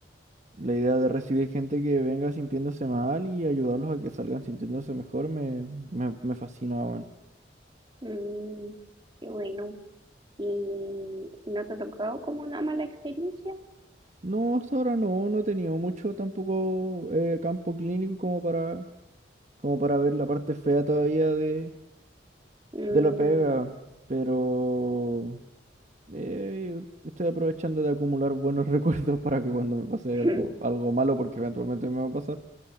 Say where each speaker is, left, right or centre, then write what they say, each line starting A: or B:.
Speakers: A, on the right; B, on the right.
A: la idea de recibir gente que venga sintiéndose mal y ayudarlos a que salgan sintiéndose mejor me, me, me fascina, weón.
B: Mm, qué bueno. ¿Y no te ha tocado como una mala experiencia?
A: No, hasta ahora no, no he tenido mucho tampoco eh, campo clínico como para, como para ver la parte fea todavía de,
B: Mm,
A: de la pega, pero eh, estoy aprovechando de acumular buenos <laughs> recuerdos para que cuando me pase
B: <laughs>
A: algo, algo malo, porque eventualmente me va a pasar